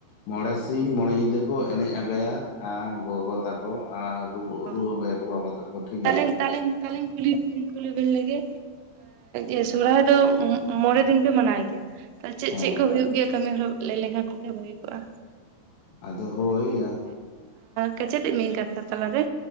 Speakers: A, on the left; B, on the right.
A: ᱢᱚᱬᱮ ᱥᱤᱧ ᱢᱚᱬᱮ ᱧᱤᱫᱟᱹ ᱠᱚ ᱮᱱᱮᱡ ᱟᱸᱜᱟᱭᱟ ᱜᱚᱜᱚ ᱛᱟᱠᱚ ᱨᱩ
B: ᱚ
A: ᱨᱩ ᱟᱸᱜᱟᱭᱟᱠᱚ ᱵᱟᱵᱟ ᱛᱟᱠᱚ ᱴᱷᱤᱠ ᱜᱮᱭᱟ
B: ᱛᱟᱦᱞᱮ ᱛᱟᱦᱮ ᱛᱟᱦᱮᱧ ᱠᱩᱞᱤ ᱩᱞᱤ ᱵᱤᱱ ᱞᱮᱜᱮ ᱮ ᱥᱚᱦᱨᱟᱭ ᱫᱚ ᱢᱚᱬᱮ ᱫᱤᱱ ᱯᱮ ᱢᱟᱱᱟᱣ ᱜᱮᱭᱟ ᱪᱮᱫ
A: ᱦᱮᱸ
B: ᱪᱮᱫ ᱠᱚ ᱦᱩᱭᱩᱜ ᱜᱮᱭᱟ ᱠᱟᱹᱢᱤ ᱦᱚᱨᱟ ᱞᱟᱹᱭ ᱞᱮᱱᱠᱷᱟᱱ ᱠᱷᱩᱵ ᱜᱮ ᱵᱷᱟᱜᱮ ᱠᱚᱜᱼᱟ
A: ᱟᱫᱚ ᱦᱳᱭᱭᱟ
B: ᱠᱟᱪᱮᱫ ᱮ ᱢᱤᱟᱹᱧ ᱠᱟᱛᱷᱟ ᱛᱟᱞᱟᱨᱮ